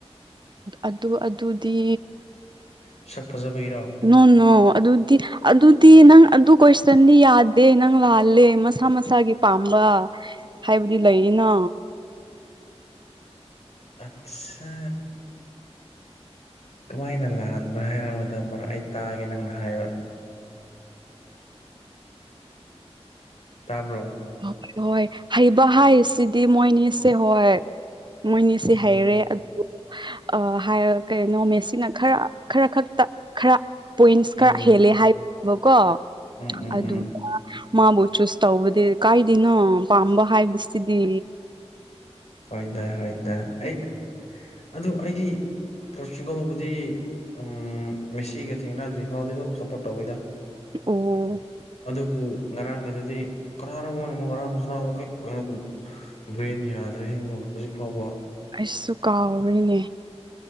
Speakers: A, on the right (about 45°); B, on the left (about 80°).
A: ꯑꯗꯨ ꯑꯗꯨꯗꯤ
B: ꯁꯛ ꯐꯖꯕꯒꯤꯔꯣ
A: ꯅꯣ ꯅꯣ ꯑꯗꯨꯗꯤ ꯑꯗꯨꯗꯤ ꯅꯪ ꯑꯗꯨ ꯀꯣꯏꯁꯟꯗꯤ ꯌꯥꯗꯦ ꯅꯪ ꯂꯥꯜꯂꯦ ꯃꯁꯥ ꯃꯁꯥꯒꯤ ꯄꯥꯝꯕ ꯍꯥꯏꯕꯗꯤ ꯂꯩꯌꯦ ꯅꯥ
B: ꯑꯥꯆꯁꯥ ꯀꯝꯃꯥꯏꯅ ꯂꯥꯟꯕ꯭ꯔꯥ ꯍꯥꯏꯔꯛꯕꯗ ꯃꯔꯛ ꯑꯩ ꯇꯥꯒꯦ ꯅꯪꯅ ꯍꯥꯏꯕ ꯇꯥꯕ꯭ꯔꯣ
A: ꯍꯣꯏ ꯍꯣꯏ ꯍꯩꯕ ꯍꯥꯏꯁꯤꯗꯤ ꯃꯣꯏꯅꯤꯁꯦ ꯍꯣꯏ ꯃꯣꯏꯅꯤ ꯁꯤ
B: ꯎꯝ
A: ꯍꯩꯔꯦ ꯑꯗꯨ ꯑꯥ ꯍꯥꯏꯔꯒ ꯀꯩꯅꯣ ꯃꯦꯁꯤꯅ ꯈꯔ ꯈꯔ ꯈꯛꯇ ꯈꯔ ꯄꯣꯏꯟꯁ
B: ꯎꯝ
A: ꯈꯔ ꯍꯦꯜꯂꯦ ꯍꯥꯏꯕꯅꯦꯕꯀꯣ
B: ꯎꯝ ꯎꯝ
A: ꯑꯗꯨꯒ
B: ꯎꯝ
A: ꯃꯥꯕꯨ ꯆꯨꯁ ꯇꯧꯕꯗꯤ ꯀꯥꯏꯗꯅꯣ ꯄꯥꯝꯕ ꯍꯥꯏꯕꯁꯤꯗꯤ
B: ꯍꯣꯏꯗꯥ-ꯍꯣꯏꯗꯥ ꯑꯩ ꯑꯗꯨ ꯑꯩꯗꯤ ꯄꯣꯔꯆꯨꯒꯜꯕꯨꯗꯤ ꯑꯥꯝ ꯃꯦꯁꯤꯒ ꯊꯦꯡꯅꯗ꯭ꯔꯤ ꯐꯥꯎꯗꯤ ꯑꯗꯨꯝ ꯁꯞꯄꯣꯔꯠ ꯇꯧꯋꯤꯗ
A: ꯑꯣ
B: UNINTELLIGIBLE UNINTELLIGIBLE
A: ꯑꯩꯁꯨ ꯀꯥꯎꯔꯤꯅꯦ